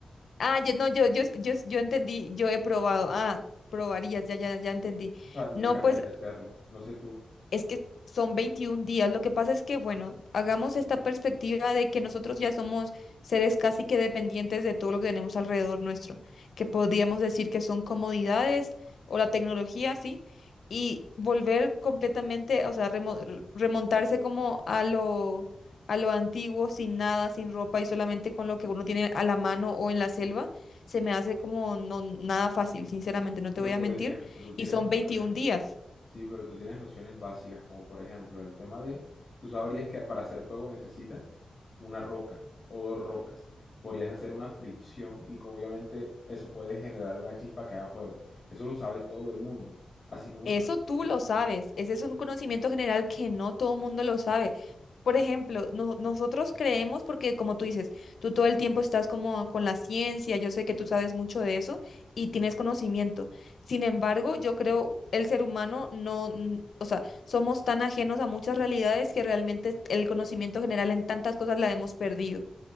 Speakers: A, on the left (about 70°); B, on the left (about 45°).
A: Ah, yo, no, yo, yo, yo, yo entendí, yo he probado. Ah, probarías, ya, ya, ya entendí.
B: O sea, me
A: No,
B: encantaría
A: pues.
B: hacerlo, no sé tú.
A: Es que son 21 días. Lo que pasa es que, bueno, hagamos esta perspectiva de que nosotros ya somos seres casi que dependientes de todo lo que tenemos alrededor nuestro, que podríamos decir que son comodidades o la tecnología, sí, y volver completamente, o sea, remo- r- remontarse como a lo, a lo antiguo, sin nada, sin ropa y solamente con lo que uno tiene a la mano o en la selva, se me hace como no nada fácil, sinceramente, no te
B: Pero
A: voy a
B: por
A: mentir,
B: ejemplo, tú tienes
A: y son
B: nociones,
A: 21 días.
B: sí, pero tú tienes nociones básicas, como por ejemplo el tema de, tú sabrías que para hacer fuego necesitas una roca o dos rocas. Podrías hacer una fricción y que obviamente eso puede generar una chispa que haga fuego. Eso lo sabe todo el mundo. Así como
A: Eso
B: sabemos
A: tú
B: que
A: lo sabes, ese es un conocimiento general que no todo el mundo lo sabe. Por ejemplo, no- nosotros creemos, porque como tú dices, tú todo el tiempo estás como con la ciencia, yo sé que tú sabes mucho de eso y tienes conocimiento. Sin embargo, yo creo el ser humano no, n- o sea, somos tan ajenos a muchas realidades que realmente el conocimiento general en tantas cosas la hemos perdido.